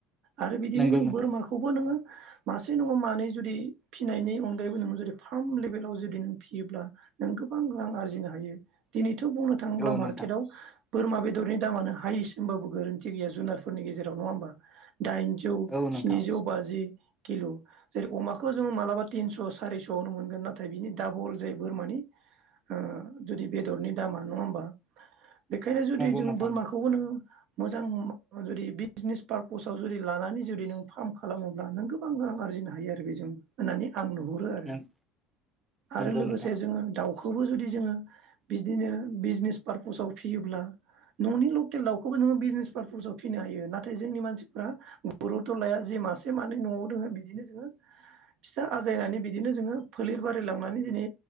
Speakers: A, on the right (about 55°); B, in the centre.
A: आरो बिदिनो
B: नंगौ
A: नों
B: नोंथां
A: बोरमाखौबो नोङो मासे नङा मा नै जुदि फिसिनायनि अनगायैबो नोङो जुदि <unintelligible> जुदि नों फिसियोब्ला नों गोबां रां आरजिनो हायो दिनै थ' बुंनो थाङोब्ला
B: औ नोंथां
A: मार्केटआव बोरमा बेदरनि दामानो हायेस्ट होनबाबो गोरोन्थि गैया जुनारफोरनि गेजेराव नङा होमबा। दाइनजौ
B: औ नोंथां
A: स्निजौ बाजि किल' जेरै अमाखौ जोङो मालाबा तिनस' सारिस'आवनो मोनगोन नाथाय बिनि डाबल जायो बोरमानि आ जुदि बेदरनि दामा नङा होमबा। बेखायनो जुदि
B: नंगौ
A: जों
B: नोंथां
A: बोरमाखौबो नोङो मोजां जुदि बिजनेस पार्पसाव जुदि लानानै जुदि नों फार्म खालामोब्ला नों गोबां रां आरजिनो हा हायो आरो बेजों होननानै आं नुहुरो आरो
B: नंगौ नंगौ
A: आरो लोगोसे
B: नोंथां
A: जोङो दाउ खौबो जुदि जोङो बिदिनो बिजनेस पारपसाव फियोब्ला न'नि लकेल दाउखोबो नोङो बिजनेस पारपसाव फिनो हायो नाथाय जोंनि मानसिफ्रा गर'थ' लाया जे मासे मानै न'आव दोङो बिदिनो जोङो फिसा आजायनानै बिदिनो जोङो फोलेर बारायलांनानै दिनै